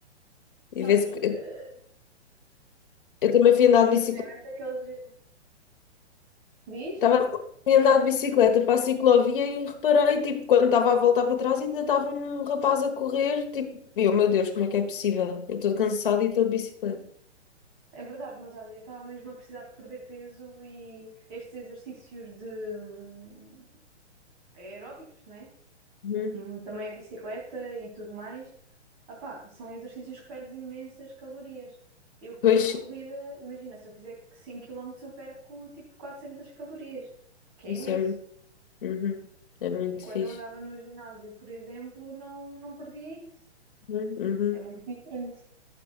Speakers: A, on the right; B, on the left.
A: Sabes?
B: E vê-se que
A: Eh,
B: eu também fui andar
A: mas
B: de
A: imagina,
B: bicicleta
A: é mesmo daqueles. Diz?
B: Estava a andar de bicicleta para a ciclovia e reparei, tipo, quando estava a voltar para trás, ainda estava um rapaz a correr, tipo, e eu, meu Deus, como é que é possível? Eu estou cansada e estou de bicicleta.
A: É verdade, mas olha, eu estava mesmo a precisar de perder peso e estes exercícios de hum, aeróbicos, né?
B: Uhum.
A: Hum, Também a bicicleta e tudo mais, Ah pá, são exercícios que perdes imensas calorias. Eu, por
B: Pois,
A: corrida, imagina, se eu fizer 5 quilómetros, eu perco tipo 400 calorias, que é
B: isso
A: imenso.
B: é muito, uhum. É muito
A: Quando
B: fixe.
A: eu andava no ginásio, por exemplo, não, não perdia isso.
B: Uhum. Uhum.
A: É muito diferente.